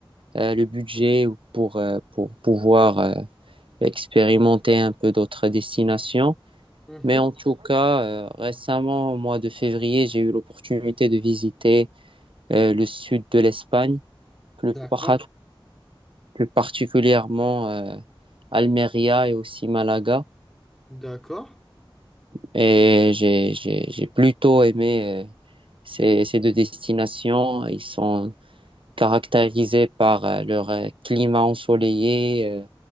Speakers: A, on the right (about 70°); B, in the centre.
A: euh, le budget pour euh, pour pouvoir euh, expérimenter un peu d'autres destinations.
B: Mhm.
A: Mais en tout cas, euh, récemment, au mois de février, j'ai eu l'opportunité de visiter euh, le sud de l'Espagne plus
B: D'accord,
A: par- plus particulièrement euh, Almeria et aussi Malaga.
B: d'accord,
A: Et j'ai, j'ai, j'ai plutôt aimé euh, ces, ces deux destinations. Ils sont caractérisés par euh, leur euh, climat ensoleillé. euh,